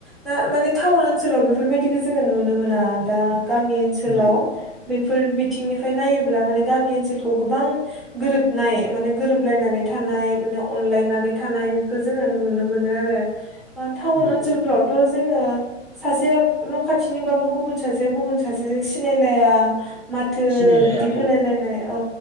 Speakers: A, in the centre; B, on the right (about 85°).
A: दा माने टाउन ओनसोलाव बेफोरबायदिखो जोङो नुनो मोना। दा गामि ओनसोलाव
B: नंगौ
A: बैफोर बि थिंनिफ्राय नायोब्ला माने गामि ओनसोलखौ गोबां गोरोबनाय माने गोरोबलायनानै थानाय नो अनलायनानै थानायखौ जोङो नुनो मोनो आरो। बा टाउन
B: नंगौ
A: ओनसोलफोरावथ'
B: नंगौ
A: जोङो सासेया न' खाथिनिबाबो गुबुन सासेया गुबुन सासेजों सिनायलाया। माथो
B: सिनायलाया
A: बिदि
B: औ
A: होलायलायनाय औ